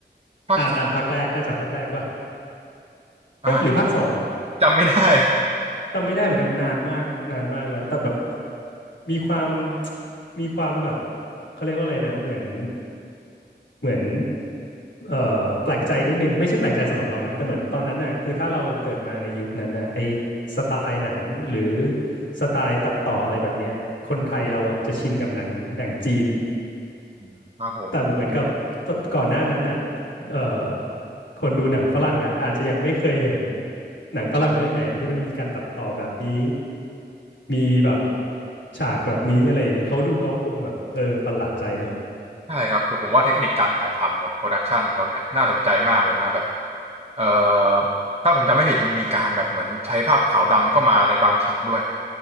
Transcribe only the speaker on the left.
อ่าอ่าภาคแรกน่าจะภาคแรกป่ะ เอ๊ะหรือภาคสอง
จำไม่ได้เหมือนกันนานมากนานมากแล้วแต่แบบมีความมีความแบบเขาเรียกว่าอะไรนะเหมือนเหมือนเอ่อแปลกใจนิดนึงไม่ใช่แปลกใจสำหรับเรานะแต่เหมือนตอนนั้นน่ะคือถ้าเราเกิดมาในยุคนั้นน่ะไอสไตล์หนังหรือสไตล์ตัดต่ออะไรแบบเนี้ยคนไทยเราอ่ะจะชินกับหนังหนังจีน
แต่เหมือนกับก่อนหน้านั้นน่ะเอ่อคนดูหนังฝรั่งอ่ะอาจจะยังไม่เคยเห็นหนังฝรั่งเรื่องไหนที่มันมีการตัดต่อแบบนี้มีแบบฉากแบบนี้อะไรอย่างเงี้ยเขาดูเขาคงแบบเออประหลาดใจเนอะ